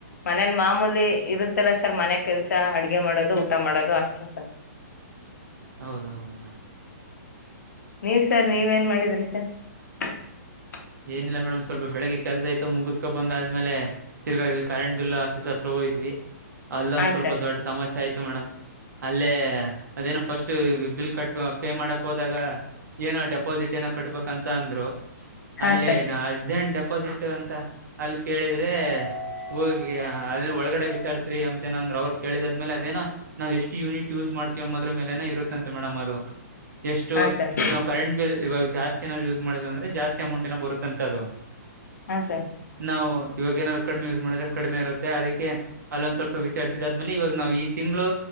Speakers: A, on the left; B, on the right.
A: ಮನೇಲ್ ಮಾಮೂಲಿ ಇರುತ್ತಲ್ಲ ಸರ್ ಮನೆ ಕೆಲ್ಸ ಅಡ್ಗೆ ಮಾಡೋದು ಊಟ ಮಾಡೋದು ಅಷ್ಟೇ ಸರ್
B: ಹೌದೌದು ಮೇಡಮ್
A: ನೀವ್ ಸರ್ ನೀವೇನ್ ಮಾಡಿದ್ರಿ. <inaudible>
B: ಏನಿಲ್ಲ ಮೇಡಮ್ ಸ್ವಲ್ಪ ಬೆಳಿಗ್ಗೆ ಕೆಲಸ ಇತ್ತು ಮುಗಿಸ್ಕೋಬಂದ ಆದ್ಮೇಲೆ ತಿರುಗ ಕರೆಂಟ್ ಬಿಲ್ ಆಫೀಸ್. ಹೋಗಿದ್ವಿ ಅಲ್ಲ
A: ಹಾ
B: ಒಂದ್ ಸ್ವಲ್ಪ
A: ಸರ್
B: ದೊಡ್ಡ ಸಮಸ್ಯೆ ಆಯ್ತು ಮೇಡಮ್. ಅಲ್ಲೇ ಅದೇನೋ ಫಸ್ಟ್ ಬಿಲ್ ಕಟ್. ಪೇ ಮಾಡಕ್ ಹೋದಾಗ ಏನೋ ಡೆಪಾಸಿಟ್. ಏನೋ ಕಟ್ಬೇಬೇಕ ಅಂತ ಅಂದ್ರು.
A: ಹಾ
B: ಅಲ್ಲೇ
A: ಸರ್
B: ಹಡ್ನೇಟು. ಆಪೋಸಿಟಿವ್ ಅಂತ. ಅಲ್ಲಿ ಕೇಳಿದ್ರೆ. ಹೋಗಿ ಅದ ಒಳಗಡೆ ವಿಚಾರಸ್ರಿ ಅಂತ ಏನಂದ್ರ ಅವ್ರು ಕೇಳಿದ ಆದ್ಮೇಲೆ ಅದೆನೋ ನಾವ ಎಷ್ಟ ಯನಿಟ್ ಯಸ್ ಮಾಡ್ತೀವಿ ಅಂಬ ಅದ್ರ ಮೇಲೆೇನ ಇರುತ್ತಂತೆ ಮೇಡಮ್ ಅದು. ಎಷ್ಟು
A: ಹಾ ಸರ್
B: ನಾವು ಕರೆಂಟ್ ಬಿಲ್ ಇವಾಗ. ಜಾಸ್ತಿ ನಾವ್ ಯೂಸ್ ಮಾಡಿದ ಅಂದ್ರೆ ಜಾಸ್ತಿ. ಅಮೌಂಟ್ನ ಬರುತ್ತಂತೆ ಅದು.
A: ಹಾ ಸರ್
B: ನಾವು. ಇವಾಗ ಏನಾರ ಕಡಿಮೆ ಯೂಸ್ ಮಾಡಿದ್ರೆ ಕಡಿಮೆ ಇರುತ್ತೆ ಅದಕ್ಕೆ ಅಲ್ಲೊಂದ್ ಸ್ವಲ್ಪ ವಿಚಾರಿಸಿದಾದ್ಮೇಲೆ ಇವಾಗ ನಾವು ಈ ತಿಂಗಳು